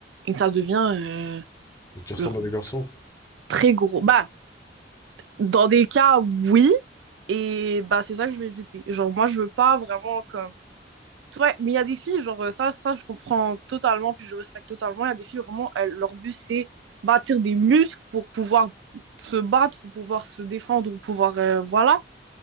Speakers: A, on the right; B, on the left.
A: et ça devient, euh,
B: qui ressemblent
A: genre,
B: à des garçons.
A: très gros. Bah, dans des cas, oui, et bah, c'est ça que je veux éviter. Genre, moi, je veux pas vraiment, comme. Ouais, mais il y a des filles, genre, euh, ça, ça, je comprends totalement, puis je respecte totalement. Il y a des filles, vraiment, elles- leur but, c'est bâtir des muscles pour pouvoir se battre, pour pouvoir se défendre, pour pouvoir, euh, voilà.